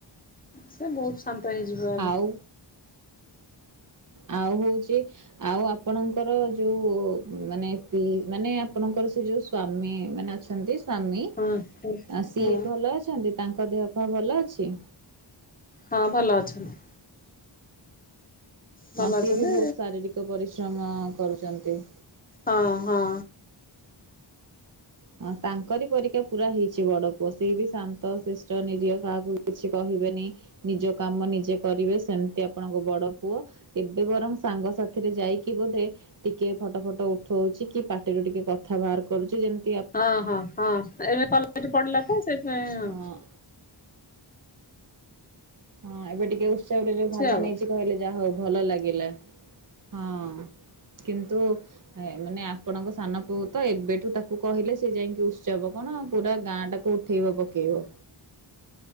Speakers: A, on the left (about 20°); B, on the right (about 40°).
A: ସେ ବୋହୁ ଶାନ୍ତ ହେଇଯିବ
B: ଆଉ
A: ଏବେ
B: ଆଉ ହୋଉଚି ଆଉ ଆପଣଙ୍କର ଯୋଉ ମାନେ ପି ମାନେ ଆପଣଙ୍କର ସେ ଯୋଉ ସ୍ଵାମୀ ମାନେ ଅଛନ୍ତି ସ୍ଵାମୀ ଅ
A: ହଁ ହଁ
B: ସିଏ
A: ହଁ।
B: ଭଲ ଅଛନ୍ତି ତାଁ କ ଦେହ ପା ଭଲ ଅଛି?
A: ହଁ ଭଲ ଅଛନ୍ତି। ଭଲ
B: ହଁ ସିଏ
A: ଅଛନ୍ତି।
B: ବି ବୋହୁତ ଶାରୀରିକ ପରିଶ୍ର ଚମ କରୁଚନ୍ତି।
A: ହଁ ହଁ।
B: ହଁ ତାଙ୍କରି ପରିକା ପୁରା ହେଇଚି ବଡ଼ ପୁଅ ସିଏ ବି ଶାନ୍ତ ଶିଷ୍ଟ ନିରହ କାହାକୁ କିଛି କହିବେନି ନିଜ କାମ ନିଜେ କରିବେ ସେମତି ଆପଣଙ୍କ ବଡ଼ ପୁଅ ଏବେ ବରଂ ସାଙ୍ଗ ସାଥିରେ ଯାଇକି ବୋଧେ ଟିକେ ଫଟ ଫଟ ଉଠଉଚି କି ପାଟିରୁ ଟିକେ କଥା ବାହାର କରୁଚି ଯେମତି ଆ
A: ହଁ ହଁ ହଁ ଏବେ କଲେଜ ପଡ଼ିଲା ତ ସେଥିପାଇଁ
B: ହଁ ହଁ ଏବେ ଟିକେ ଉତ୍ସବରେ ଯୋଉ ଭାଗ
A: ଆଉ।
B: ନେଇଚି କହିଲେ ଯାହା ହୋଉ ଭଲ ଲାଗିଲା। ହଁ କିନ୍ତୁ ଏ ମାନେ ଆପଣଙ୍କ ସାନ ପଅକୁ ତ ଏବେଠୁ ତାକୁ କୁ କହିଲେ ସେ ଯାଇଁକି ଉତ୍ସବ କଣ ପୁରା ଗାଁ ଟାକୁ ଉଠେଇବ ପକେଇବ।